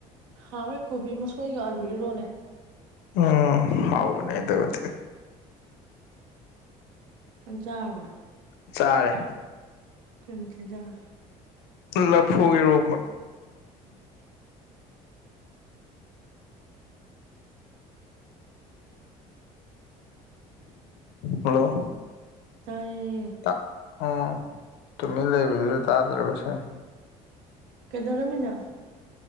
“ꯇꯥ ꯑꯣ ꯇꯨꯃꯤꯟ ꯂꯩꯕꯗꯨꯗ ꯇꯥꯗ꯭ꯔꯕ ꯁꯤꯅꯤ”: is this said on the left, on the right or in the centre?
Left